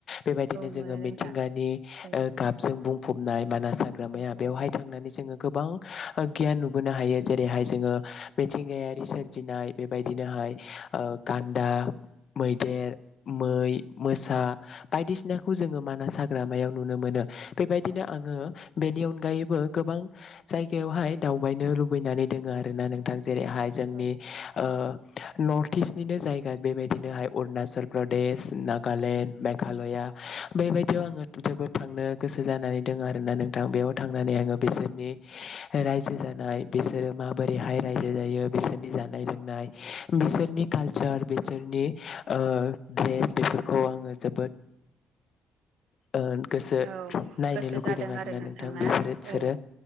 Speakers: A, on the left; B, on the right.
A: बेबायदिनो
B: मोनो
A: जोङो
B: नोंथां
A: मिथिंगानि
B: औ
A: गाबजों बुं फबनाय मानाय हाग्रामाया
B: औ मोनो नोंथां औ औ
A: बेवहाय थांनानै गोबां गियान नुबोनो हायो जेरैहाय जोङो मिथिंगायारि सोरजिनाय
B: नोंथां
A: बेबायदिनोहाय औ गान्दा मैदेर मै मोसा बायदिसिनाखौ जोङो मानास हाग्रामायाव नुनो मोनो बेबायदिनो आङो बेनि अनगायैबो गोबां जायगायावहाय दावबायनो लुबैनानै दोङो आरो ना नोंथां। जेरैहाय जोंनि
B: औ
A: ओ नर्थ इस्टनिनो जायगा बेबायदिनोहाय अरुणाचल प्रदेश नागालेण्ड मे मेघालया बेबायदियाव आङो जोद थांनो गोसो जानानै दङ आरोना नों बेयाव थांनानै आङो बेसे रायजो जानाय बिसोरो माबोरैहाय रायजो जायो बिसोरनि जानाय लोंनाय बिसोरनि कालचार बिसोरनि ओ द्रेस बेफोरखौ आङो जोबोद ओ गोसो
B: औ
A: नायनो
B: गोसो
A: लुगैदों
B: जादों
A: आरोना
B: आरो
A: नोंथां
B: ना
A: बेफोरो
B: औ
A: सोरो